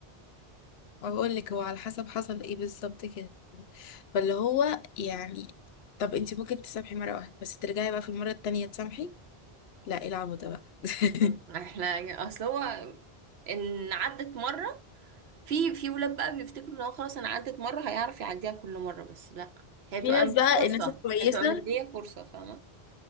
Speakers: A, on the left; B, on the right.
A: ما بقول لك هو على حسب حصل ايه بالظبط كده فاللي هو يعني طب انت ممكن تسامحي مره واحده بس ترجعي بقى في المره التانية تسامحي لا ايه العبط ده بقى <laughs>
B: م. احنا اصل هو ان عدت مره في في ولاد بقى بيفتكروا ان هو خلاص انا عدت مره هيعرف يعديها كل مره بس لا هي بتبقى
A: في ناس
B: م-
A: بقى
B: فرصه
A: الناس الكويسه
B: هي بتبقى مديه فرصه فاهمه